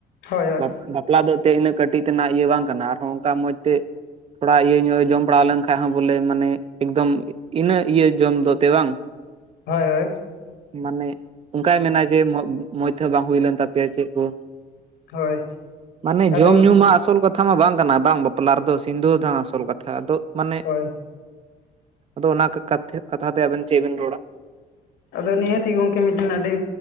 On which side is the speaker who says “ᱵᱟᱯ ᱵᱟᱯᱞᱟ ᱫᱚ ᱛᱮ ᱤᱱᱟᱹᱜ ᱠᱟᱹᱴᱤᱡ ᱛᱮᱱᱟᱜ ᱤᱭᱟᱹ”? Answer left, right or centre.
Right